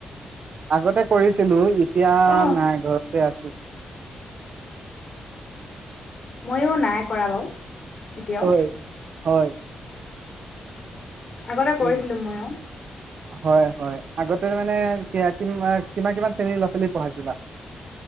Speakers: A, on the right; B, on the left.
A: আগতে কৰিছিলো এতিয়া
B: অ
A: নাই ঘৰত আছো
B: মইো নাই কৰা বাৰু এতিয়াও
A: হয় হয়
B: আগতে কৰিছিলো
A: উম।
B: ময়ো
A: হয় হয় আগতে মানে কি কি কিমান কিমান শ্ৰেণীৰ ল'ৰা ছোৱালী পঢ়াইছিলা